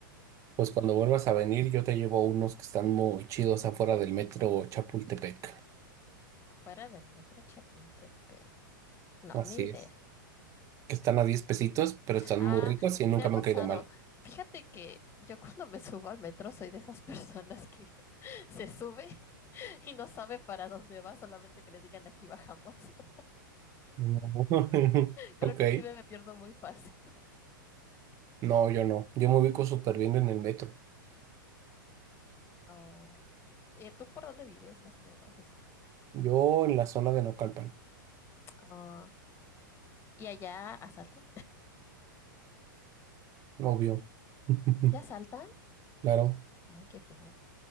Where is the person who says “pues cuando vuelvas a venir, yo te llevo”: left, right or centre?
Right